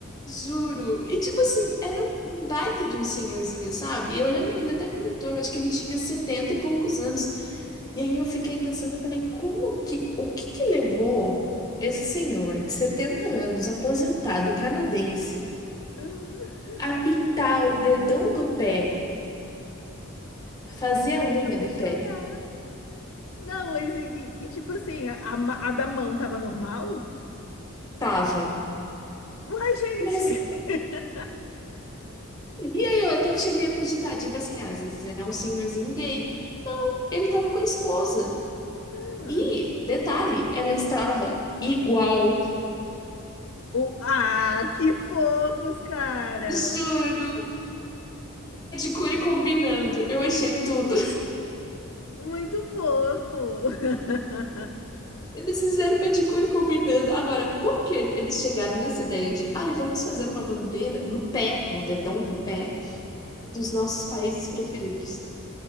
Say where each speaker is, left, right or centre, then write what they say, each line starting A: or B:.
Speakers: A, on the left; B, on the left.
A: Juro. E tipo assim, era um um baita de um senhorzinho, sabe? Eu lembro que ele até comentou, eu acho que ele tinha 70 e poucos anos. E aí eu fiquei pensando, eu falei, como que, o que que levou esse senhor de 70 anos, aposentado canadense,
B: Ah,
A: a pintar o dedão do pé, fazer
B: Eu
A: a unha
B: vou
A: do
B: chorar.
A: pé?
B: Não, mas e, e- tipo assim, a, a ma- a da mão tava normal?
A: Tava.
B: Uai, gente!
A: Mas,
B: <laughs>
A: e aí eu até que cheguei a cogitar, tipo assim, ah, às vezes ele é um senhorzinho gay. Não, ele tava com a esposa.
B: Ah,
A: E, detalhe, ela estava igual.
B: o, ah, que fofos, cara!
A: Juro, É de cure combinando. Eu achei tudo.
B: Muito fofo. <laughs>
A: Eles fizeram pedicure combinando. Agora, como que eles chegaram nessa ideia de, ai, vamos fazer uma bandeira no pé, no dedão do pé, dos nossos países preferidos?